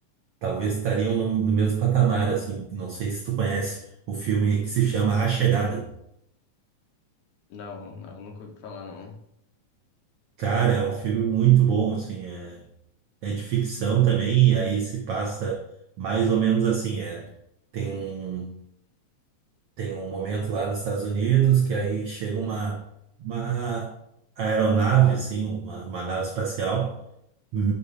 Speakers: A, on the right; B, on the left.
A: Talvez estariam no, no mesmo patamar, assim. Não sei se tu conhece o filme que se chama A Chegada.
B: Não, não, nunca ouvi falar, não.
A: Cara, é um filme muito bom, assim, é, é de ficção também, e aí se passa mais ou menos assim, é. Tem um Tem um momento lá nos Estados Unidos que aí chega uma, uma aeronave, assim, uma, uma nave espacial, hum,